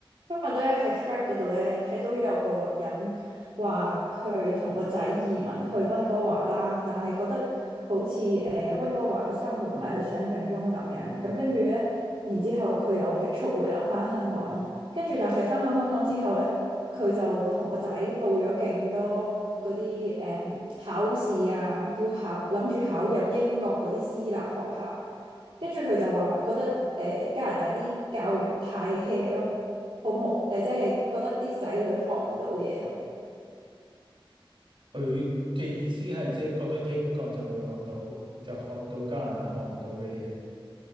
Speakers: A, on the right; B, on the right.
A: 今日咧喺 f r e a d 嗰度咧睇到有個人話佢同個仔移民去温哥華啦，但係覺得好似誒温哥華嘅生活唔係佢想象中咁樣，咁跟住咧，然之後佢又極速回流翻香港咯，跟住但係翻到香港之後咧，佢就同個仔報咗勁多嗰啲誒考試啊，要考諗住考入英國嗰啲私立學校。跟住佢就話覺得誒、呃加拿大啲教育太 hea 咯，好無誒、呃即係覺得啲仔女學唔到嘢咯。
B: 佢嘅意思係即係覺得英國就會學到，就學到加拿大學唔到嘅嘢。